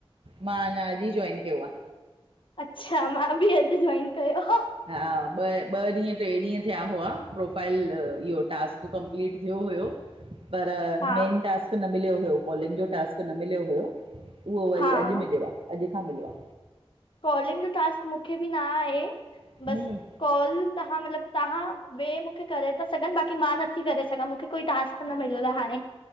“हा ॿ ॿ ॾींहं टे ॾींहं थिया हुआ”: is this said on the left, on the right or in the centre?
Right